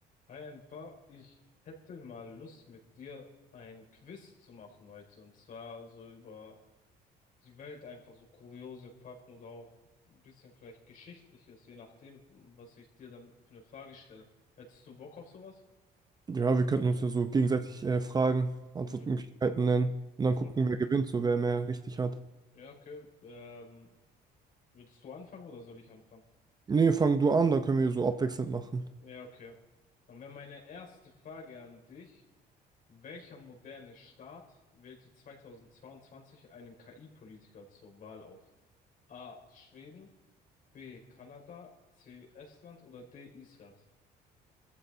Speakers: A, on the left; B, on the right.
A: Hi Enfer, ich hätte mal Lust mit dir ein Quiz zu machen heute und zwar so über die Welt einfach so kuriose Fakten oder auch ein bisschen vielleicht Geschichtliches, je nachdem, was ich dir dann für eine Frage stelle. Hättest du Bock auf sowas?
B: Ja, wir könnten uns ja so gegenseitig äh, Fragen, Antwortmöglichkeiten
A: Mhm.
B: nennen und
A: Ja,
B: dann gucken, wer gewinnt, so wer mehr richtig hat.
A: ja, okay. Ähm, willst du anfangen oder soll ich anfangen?
B: Nee, fang du an, da können wir so abwechselnd machen.
A: Ja, okay. Dann wäre meine erste Frage an dich. Welcher moderne Staat wählte 2022 einen KI-Politiker zur Wahl auf? A. Schweden, B. Kanada, C. Estland oder D. Island?